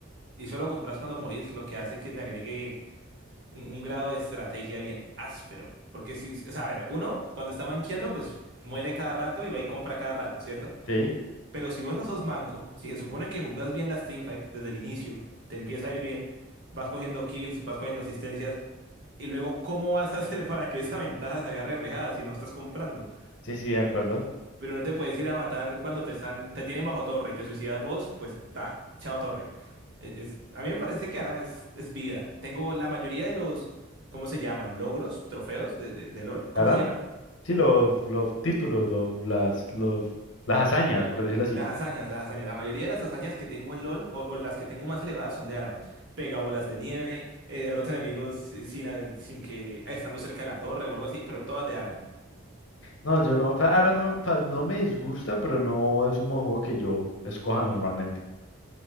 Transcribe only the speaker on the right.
y solo compras cuando morís, lo que hace que le agregue un, un grado de estrategia bien áspero. Porque si, o sea, a ver, uno cuando está manqueando, pues muere cada rato y va y compra cada rato, ¿cierto?
Pero si vos no sos manco, si se supone que jugás bien las teamfights desde el inicio, te empieza a ir bien, vas cogiendo kills, vas cogiendo asistencias, y luego, ¿cómo vas a hacer <laughs> para que esa ventaja se vea reflejada si no estás comprando?
Pero no te puedes ir a matar cuando te están, te tienen bajo torre y te suicidas vos, pues ta, chao torre. E- es- a mí me parece que ahora es, es vida. Tengo la mayoría de los, ¿cómo se llaman? ¿Logros? ¿Trofeos de, de, de LOL? ¿Cómo
se llaman?
Las hazañas, las hazañas. La mayoría de las hazañas que tengo en LOL o, o las que tengo más elevadas son de Aram. Pega bolas de nieve, eh, derrota enemigos eh, sin, a- sin que estando cerca de la torre o algo así, pero todas de Aram.